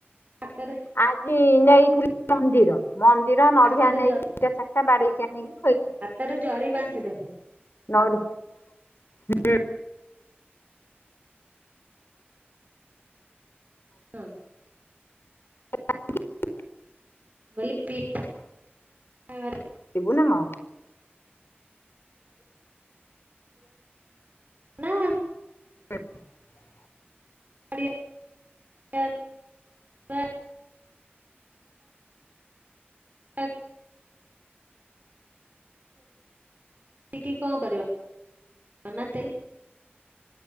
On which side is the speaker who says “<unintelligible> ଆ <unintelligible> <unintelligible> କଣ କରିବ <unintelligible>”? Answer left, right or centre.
Right